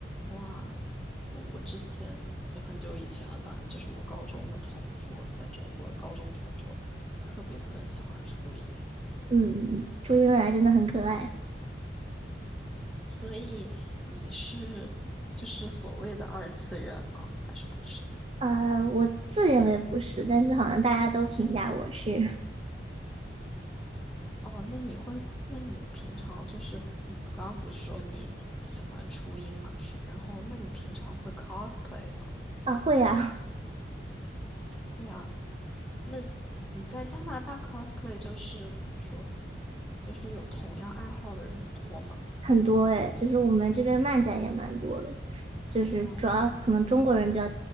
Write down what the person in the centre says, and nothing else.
哇，我我之前就很久以前了，当然就是我高中的同桌，在中国的高中同桌，特别特别喜欢初音。
所以你是就是所谓的二次元吗？还是不是？
哦，那你会，那你平常就是你刚刚不是说你挺喜欢初音吗？然后，那你平常会 cosplay 吗？
这样，那你在加拿大 cosplay 就是怎么说？就是有同样爱好的人多吗？
哇，那很开心